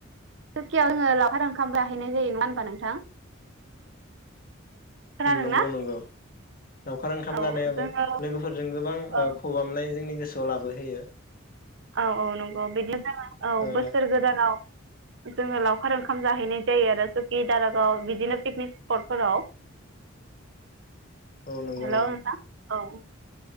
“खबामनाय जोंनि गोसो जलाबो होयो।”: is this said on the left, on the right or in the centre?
Left